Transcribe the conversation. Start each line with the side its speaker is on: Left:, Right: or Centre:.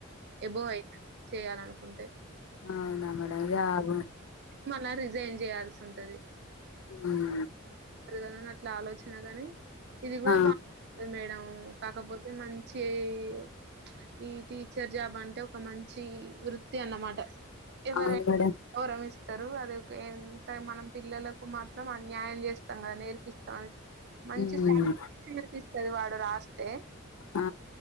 Right: ఎబోవ్ అయితది చేయ్యాలనుకుంటే.
Left: ఆహ్ అవునా మేడం జాబ్.
Right: మల్ల రిజైన్ చేయాల్సి ఉంటది.
Left: ఉమ్.
Right: కదని అట్లా ఆలోచన కాని ఇది కూడా
Left: ఆ
Right: బాగు. ఆహ్ మేడంమ్ కాకపోతే మంచి ఈవ్ ఈ టీచర్ జాబ్ అంటే ఒక మంచి వృత్తి అన్నమాట ఎవరైనా.
Left: అవును మేడం
Right: గౌరమిస్తారు. అది ఒక ఎంత మనం పిల్లలకు మాత్రం అన్యాయం చేస్తాం గా నేర్పి. మంచి
Left: మ్మ్
Right: శాలరీ ఈయొచ్చు. ఇగ వాడు రాస్తే
Left: ఆ